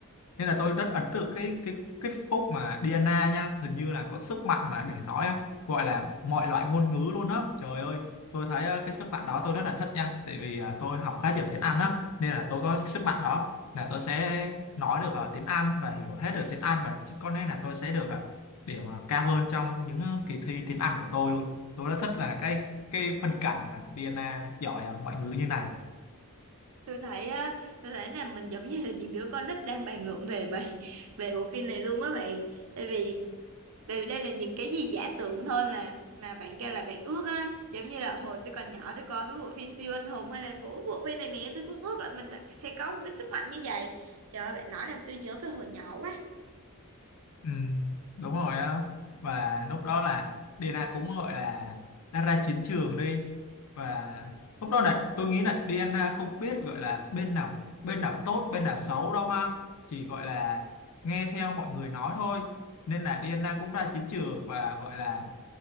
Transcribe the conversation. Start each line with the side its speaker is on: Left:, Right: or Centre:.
Left: nên là tôi rất ấn tượng cái cái cái khúc mà Diana nha hình như là có sức mạnh mà để nói á, gọi là mọi loại ngôn ngữ luôn á trời ơi tôi thấy ờ, cái sức mạnh đó tôi rất là thích nha tại vì à, tôi học khá nhiều tiếng Anh á nên là tôi có sức mạnh đó là tôi sẽ nói được ờ, tiếng Anh và hiểu hết được tiếng Anh và chứ có lẽ là tôi sẽ được ờ, điểm ờ, cao hơn trong những ờ, kỳ thi tiếng Anh của tôi luôn tôi rất thích là cái cái phân cảnh mà Diana giỏi ờ, ngoại ngữ như này
Right: tôi thấy ờ, tôi thấy là mình giống như là những đứa con nít đang bàn luận về bài <laughs> về bộ phim này luôn á bạn tại vì Tại vì đây là những cái gì giả tưởng thôi mà mà bạn kêu là bạn ước á giống như là hồi tôi còn nhỏ tôi coi mấy bộ phim siêu anh hùng hay là bộ bộ phim này nè tôi cũng ước là mình ta- sẽ có một cái sức mạnh như vậy trời ơi bạn nói làm tôi nhớ về hồi nhỏ quá
Left: Ừ, đúng rồi á và lúc đó là Diana cũng gọi là đã ra chiến trường đi và lúc đó là tôi nghĩ là Diana không biết gọi là bên nào bên nào tốt bên nào xấu đâu ha chỉ gọi là nghe theo mọi người nói thôi nên là Diana cũng ra chiến trường và gọi là